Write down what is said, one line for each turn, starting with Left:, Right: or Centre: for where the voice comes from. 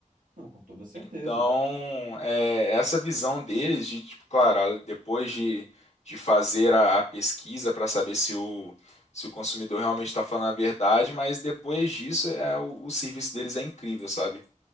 Right: Não, com toda certeza.
Left: Então, é, essa visão deles de, tipo, claro, a- depois de, de fazer a, a pesquisa para saber se o, se o consumidor realmente está falando a verdade, mas depois disso é, o, o serviço deles é incrível, sabe?